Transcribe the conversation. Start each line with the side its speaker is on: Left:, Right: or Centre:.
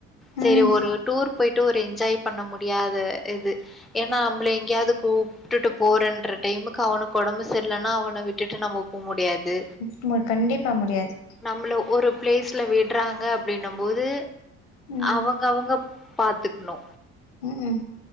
Centre: செரி
Left: ம்
Centre: ஒரு டூர் போயிட்டு ஒரு என்ஜாய் பண்ண முடியாத இது ஏன்னா அம்ளே எங்கயாது கூப் ட்டுட்டு போறன்ற டைமுக்கு அவுனுக்கு ஒடம்பு சரியிலன்னா அவன விட்டுட்டு நம்ம போ முடியாது
Left: ம் கண்டிப்பா முடியாது
Centre: நம்ள ஒரு பிளேஸ்ல விட்றாங்க அப்டின்ன போது
Left: ம்
Centre: அவங்க அவங்க பாத்துக்ணு
Left: ம்